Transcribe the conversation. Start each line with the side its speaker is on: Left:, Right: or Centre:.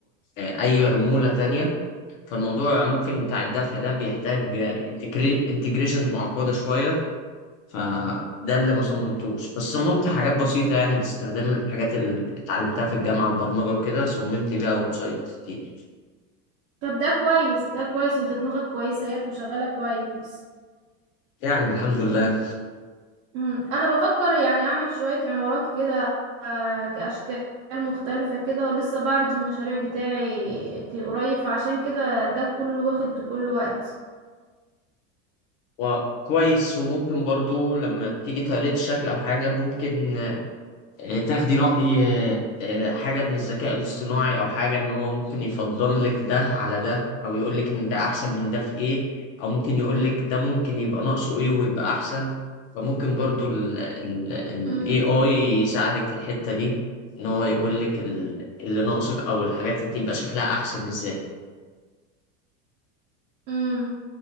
Left: آه، اي عمولة تانية فالموضوع ممكن بتاع الدفع ده بيحتاج انتجريشنز معقدة شوية فده اللي ما صممتوش بس صممت حاجات بسيطة يعني باستخدام الحاجات اللي اتعلمتها في الجامعة البرمجة وكده صممت بيها ويب سايت كتير
Right: طب ده كويس ده كويس انت دماغك كويسة اهيت وشغالة كويس
Left: يعني الحمد لله
Right: امم انا بفكر يعني اعمل شوية عمارات كده آه، كاشكال مختلفة كده ولسه بعرض المشاريع بتاعي ت- قريب فعشان كده ده كله واخد كل وقت
Left: وكويس وممكن برضو لما تيجي تقريت الشكل أو حاجة ممكن آه، تاخدي رأي آه، آه، حاجة من الذكاء الاصطناعي أو حاجة إن هو ممكن يفضل لك ده على ده أو يقول لك إن ده أحسن من ده في إيه أو ممكن يقول لك ده ممكن يبقى ناقصه إيه ويبقى أحسن فممكن برضو ال ال ال
Right: امم
Left: AI يساعدك في الحتة دي إن هو يقول لك ال- اللي ناقصك أو الحاجات اللي تبقى شكلها أحسن إزاي
Right: امم